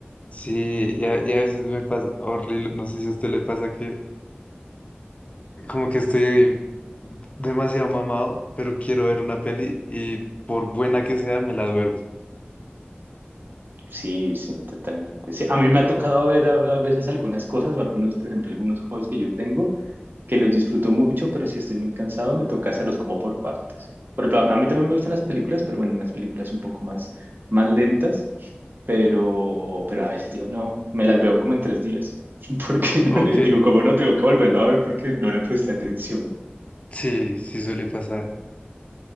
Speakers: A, on the left; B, on the right.
A: Sí, y a, y a veces me pasa horrible, no sé si a usted le pasa que como que estoy demasiado mamado, pero quiero ver una peli y por buena que sea me la duermo.
B: Sí, sí, totalmente. Sí, a mí me ha tocado ver a, a veces algunas cosas o algunos, por ejemplo, algunos hobbies que yo tengo que los disfruto mucho, pero si estoy muy cansado me toca hacerlos como por partes. Por ejemplo, a a mí también me gustan las películas, pero bueno, las películas un poco más, más lentas, pero, pero a veces digo, no, me las veo como en tres días, <laughs> porque no
A: Ok,
B: le digo, como no tengo que volverlo a ver porque no le presté atención.
A: sí, sí suele pasar.